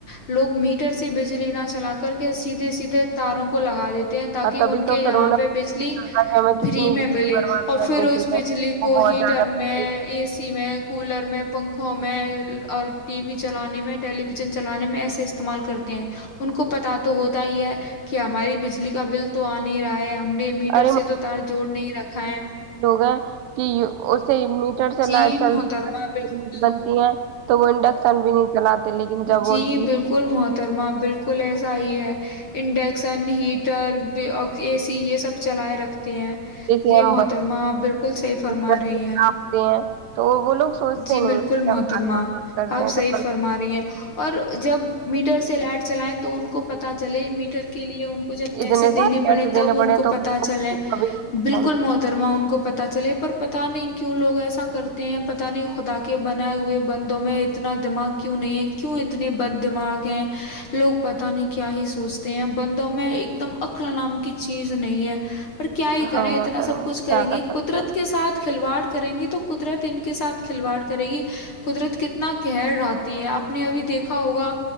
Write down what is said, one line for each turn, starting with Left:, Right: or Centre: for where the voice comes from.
Left: لوگ میٹر سے بجلی نہ چلا کر کے سیدھے سیدھے تاروں کو لگا دیتے ہیں تاکہ
Right: اور تبھی
Left: ان
Right: تو
Left: کے
Right: پھر
Left: یہاں
Right: انہیں
Left: پہ بجلی
Right: پتا چلتا کہ ہمیں کتنی
Left: فری میں
Right: بجلی
Left: ملے
Right: برباد
Left: اور
Right: کرنی
Left: پھر اس
Right: چاہیے
Left: بجلی
Right: وہ
Left: کو
Right: بہت
Left: ہیٹر
Right: زیادہ بجلی
Left: میں اے سی میں کولر میں پنکھوں میں اور ٹی وی چلانے میں ٹیلی ویژن چلانے میں ایسے استعمال کرتے ہیں ان کو پتا تو ہوتا تئی ہے کہ ہماری بجلی کا بل تو آ نہیں ہی رہا ہے ہم نے میٹر
Right: ارے
Left: سے تو تار جوڑ نہیں رکھا ہے
Right: لوگ ہیں کہ اسے میٹر سے
Left: جی
Right: لائٹ چلتیٹ
Left: محترما بالکل
Right: بنتی ہے تو وہ انڈکشن بھی نہیں چلاتے لیکن جب
Left: جی
Right: ان کی
Left: بالکل محترما بالکل ایسا ہی ہے انڈکشن ہیٹر اے سی یہ سب چلائے رکھتے ہیں
Right: جسے
Left: یہ
Right: ہم
Left: محترمہ آپ بالکل صحیح فرما
Right: میٹر
Left: رہے
Right: سے چھاپتے
Left: ہیں
Right: ہیں تو وہ لوگ سوچتے
Left: جی
Right: نہیں
Left: بالکل
Right: ہیں کہ
Left: محترمہ
Right: ہم آج برباد کرتے
Left: آپ
Right: ہیں
Left: صحیح
Right: تو کل
Left: فرما رہی ہیں اور جب میٹر سے لائٹ چلیں تو ان کو پتا چلے میٹر کے لیے ان کو جب
Right: اتنے
Left: پیسے
Right: سارے
Left: دینے پڑے
Right: پیسے
Left: تب
Right: دینے
Left: ان
Right: پڑے
Left: کو
Right: تو
Left: پتا چلے
Right: کبھی نہیں کھلائیں
Left: بالکل
Right: گے۔
Left: محترما ان کو پتا چلے پر پتا نہیں کیوں لوگ ایسا کرتے ہیں پتہ نہیں خدا کے بنائے ہوئے بندوں میں اتنا دماغ کیوں نہیں ہے کیوں اتنے بد دماغ ہیں لوگ پتا نہیں کیا ہی سوچتے ہیں بندوں میں ایک دم اکل نام کی چیز نہیں ہے اور کیا ہی کریں
Right: ہاں
Left: اتنا
Right: محترم
Left: سب کچھ کریں
Right: کیا
Left: گے
Right: کر سکتے
Left: قدرت
Right: ہیں ہم
Left: کے
Right: تو۔
Left: ساتھ کھلواڑ کو کریں گی تو قدرت ان کے ساتھ کھلواڑ کرے گی قدرت کتنا کہر رات ہے آپ نے ابھی دیکھا ہوگا